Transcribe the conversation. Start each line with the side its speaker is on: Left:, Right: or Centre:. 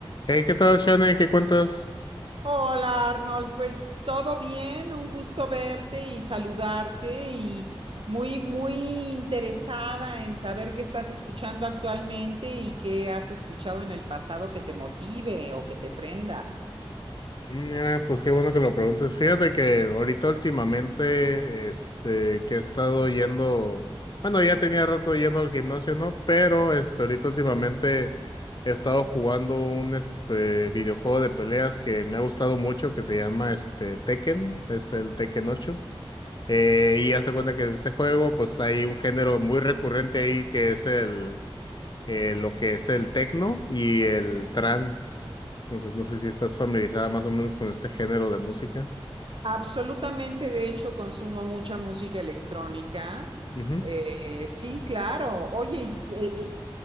Left: Hey, ¿qué tal, Shane? ¿Qué cuentas?
Right: Hola Arnold, pues todo bien, un gusto verte y saludarte y muy, muy interesada en saber qué estás escuchando actualmente y qué has escuchado en el pasado que te motive o que te prenda.
Left: Mm, Mira, pues qué bueno que lo preguntes. Fíjate que ahorita últimamente, este, que he estado yendo, bueno, ya tenía rato yendo al gimnasio, ¿no? Pero, este, ahorita últimamente he estado jugando un, este, videojuego de peleas que me ha gustado mucho, que se llama, este, Tekken, es el Tekken ocho. Eh, y haz de cuenta que en este juego, pues hay un género muy recurrente ahí que es el eh, lo que es el techno y el trance. Entonces, no sé si estás familiarizada más o menos con este género de música.
Right: Absolutamente, de hecho, consumo mucha música electrónica.
Left: Ujú,
Right: Eh, sí, claro. Oye, y- e- e-